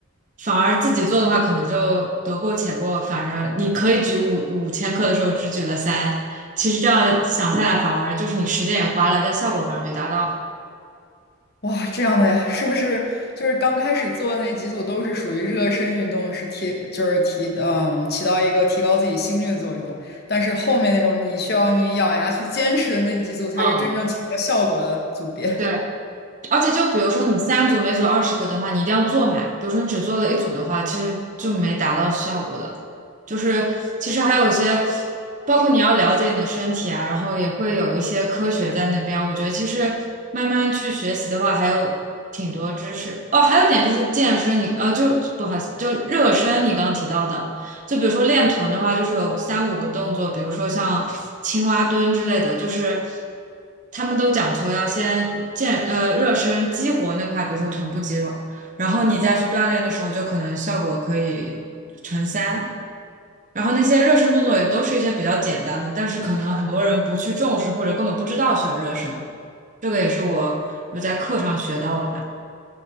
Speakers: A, on the right; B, on the left.
A: 反而自己做的话，可能就得过且过，反正你可以举五五千克的时候只举了三，其实这样想下来，反而就是你时间也花了，但效果反而没达到。
B: 哇，这样的呀，是不是就是刚开始做那几组都是属于热身运动，是提就是提嗯起到一个提高自己心率的作用，但是后面那种你需要你咬牙去坚持的那几组才是真正起到效果的组别。
A: 嗯，对。而且就比如说你三组每组二十个的话，你一定要做满。比如说你只做了一组的话，其实就没达到效果的。就是其实还有一些，包括你要了解你的身体啊，然后也会有一些科学在那边。我觉得其实慢慢去学习的话，还有挺多知识。哦，还有一点就是健身你，呃，就不好意思，就热身，你刚刚提到的。就比如说练臀的话，就是有三五个动作，比如说像青蛙蹲之类的，就是他们都讲求要先健呃热身激活那块，比如说臀部肌肉，然后你再去锻炼的时候，就可能效果可以乘三。然后那些热身动作也都是一些比较简单的，但是可能很多人不去重视或者根本不知道需要热身，这个也是我有在课上学到的吧。